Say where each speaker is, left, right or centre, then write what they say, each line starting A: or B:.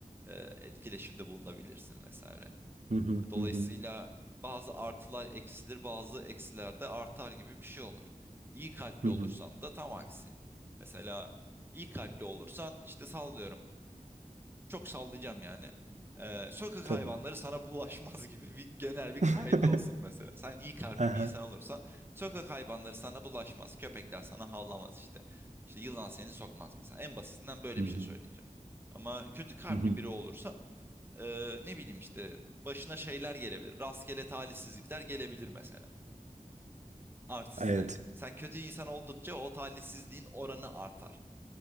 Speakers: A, on the right; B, on the right.
A: eee, etkileşimde bulunabilirsin vesaire.
B: Hı hı.
A: E, Dolayısıyla
B: Hı hı.
A: bazı artılar eksilir, bazı eksiler de artar gibi bir şey olur. İyi kalpli
B: Hı hı.
A: olursan da tam aksi. Mesela iyi kalpli olursan işte sallıyorum. Çok sallayacağım yani. Ee, sokak
B: Tabii.
A: hayvanları sana bulaşmaz gibi bir genel bir kaydı
B: <laughs>
A: olsun mesela. Sen iyi kalpli
B: Aha.
A: bir insan olursan sokak hayvanları sana bulaşmaz. Köpekler sana havlamaz işte. İşte yılan seni sokmaz mesela. En basitinden böyle
B: Hı hı.
A: bir şey söyleyeceğim. Ama kötü kalpli
B: Hı hı.
A: biri olursan ee, ne bileyim işte başına şeyler gelebilir. Rastgele talihsizlikler gelebilir mesela. Artı
B: Evet.
A: hani sen kötü insan oldukça o talihsizliğin oranı artar